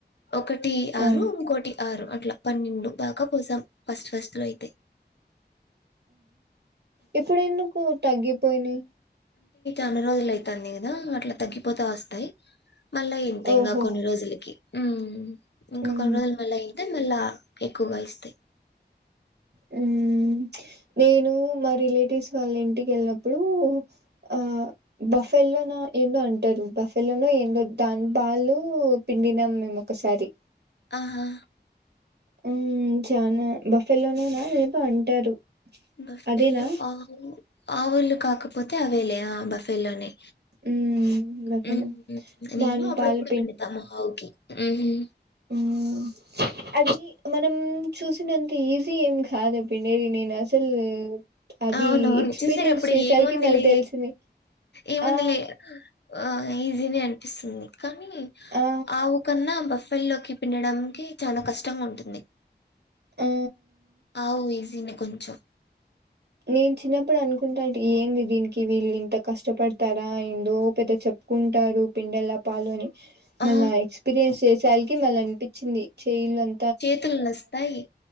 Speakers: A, on the left; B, on the right.
A: ఒకటి ఆరు
B: ఆ
A: ఇంకోటి ఆరు అట్లా పన్నెండు దాకా పోసాం ఫస్ట్ ఫస్ట్ లో అయితే
B: ఇప్పుడు ఎందుకు తగ్గిపోయినియి
A: అన్ని రోజులు అయితుంది కదా అట్లా తగ్గిపోతా వస్తాయి మళ్ళా ఇంత
B: ఓహో
A: ఇంకా కొన్ని రోజులకి హ్మ్ ఇంకా
B: ఉమ్
A: కొన్ని రోజులు మళ్ళా అయితే మల్ల ఎక్కువగా ఇస్తాయి
B: హ్మ్ నేను మా రిలేటివ్స్ వాళ్ళ ఇంటికి వెళ్ళినప్పుడు ఆ బఫెల్లోనో ఏందో అంటారు బఫెల్లోన ఏందో దాని పాలు పిండినాం మేము ఒకసారి
A: ఆహా
B: హ్మ్ చానా బఫెల్లోనే ఇవాళో రేపో అంటారు.
A: బఫల్లో
B: అదేనా
A: ఆవు ఆవులు కాకపోతే అవేలే బఫేల్లోనే
B: ఉమ్ బఫెలో
A: హ్మ్ నేను
B: దాని
A: అప్పుడప్పుడు
B: పాలు
A: పిండుతా మా ఆవుకి హ్మ్
B: హ్మ్ అది మనం చూసినంత ఈజీ ఏం కాదు పిండేది నేను అసలు అది
A: అవునవును
B: ఎక్స్పీరియన్స్
A: చూసారు అప్పుడు
B: చేసరికి
A: ఏముంది
B: మళ్ళీ
A: లే
B: తెలిసింది
A: ఏముంది
B: ఆ
A: లే ఆ ఆ ఈజీనే అనిపిస్తుంది కానీ
B: ఆ
A: ఆవు కన్నా బస్ పళ్ళె లోకి పిండడానికి చాలా కష్టంగా ఉంటుంది
B: ఆ
A: ఆవు వేస్ దీన్ని కొంచెం
B: నేను చిన్నప్పుడు అనుకుంటా అంటే ఏంది దీనికి వీళ్ళు ఇంత కష్టపడతారా ఏందో పెద్ద చెప్ కుంటారు పిండెలా పాలు అని
A: ఆ
B: మళ్ళా ఎక్స్పీరియన్స్ చేసి స్టైల్ కి మళ్ళీ అనిపించింది చేయిండని
A: చేతులు నొస్తాయి